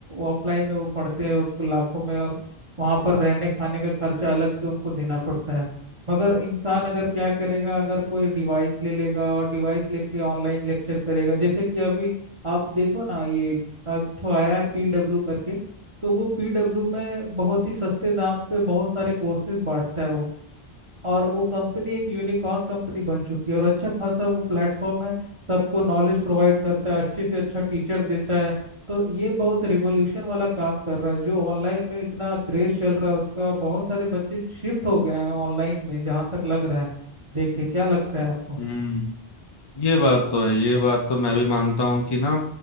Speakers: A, on the right; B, on the left.
A: ऑफलाइन में वो पढ़ते हैं उसको लाखों में और वहाँ पर रहने खाने का खर्चा अलग से उनको देना पड़ता है मगर इंसान अगर क्या करेगा अगर कोई डिवाइस ले लेगा और डिवाइस लेके ऑनलाइन लेक्चर करेगा जैसे कि अभी आप देखो ना ये एक ठो आया है पीडब्ल्यू करके तो वो पीडब्ल्यू में बहुत ही सस्ते दाम पे बहुत सारे कोर्सेज बांटता है वो और वो कंपनी एक यूनिकॉर्न कंपनी बन चुकी है और अच्छा खासा वो प्लेटफॉर्म है सबको नॉलेज प्रोवाइड करता है अच्छे से अच्छा टीचर देता है तो ये बहुत रिवोल्यूशन वाला काम कर रहा है जो ऑनलाइन में इतना क्रेज चल रहा है उसका बहुत सारे बच्चे शिफ्ट हो गए हैं ऑनलाइन में जहाँ तक लग रहा है देख के क्या लगता है आपको
B: हम्म ये बात तो है ये बात तो मैं भी मानता हूँ कि ना